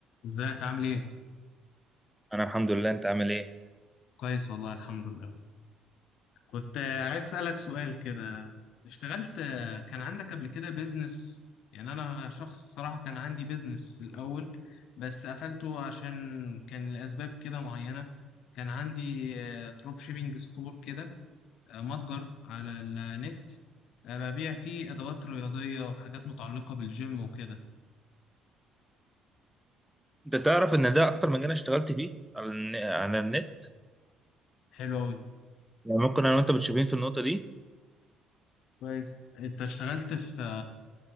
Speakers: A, on the left; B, in the centre.
A: ازيك عامل ايه؟
B: انا الحمد لله انت عامل ايه
A: كويس والله الحمد لله كنت آه، عايز اسألك سؤال كده اشتغلت آه، كان عندك قبل كده بيزنس يعني انا شخص الصراحة كان عندي بيزنس الاول بس قفلته عشان كان لأسباب كده معينة كان عندي دروب شيبينج ستور كده آه، متجر على النت آه، ببيع فيه ادوات رياضية وحاجات متعلقة بالجيم وكده
B: انت تعرف ان ده اكتر مجال أنا اشتغلت فيه على الن- على النت
A: حلو اوي
B: يعني ممكن انا وانت متشابهين في النقطه دي
A: كويس انت اشتغلت في